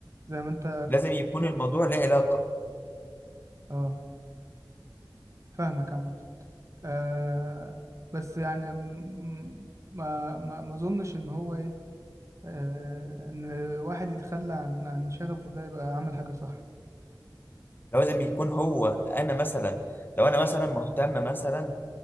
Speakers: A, on the right (about 40°); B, on the left (about 25°).
A: زي ما انت
B: يكون الموضوع له علاقه
A: اه فاهمك عامة آه بس يعني م- ما ما ما اظنش ان هو ايه آه ان واحد يتخلى عن عن شغفه ده يبقى عمل حاجة صح
B: لازم يكون هو انا مثلا لو انا مثلا مهتم مثلا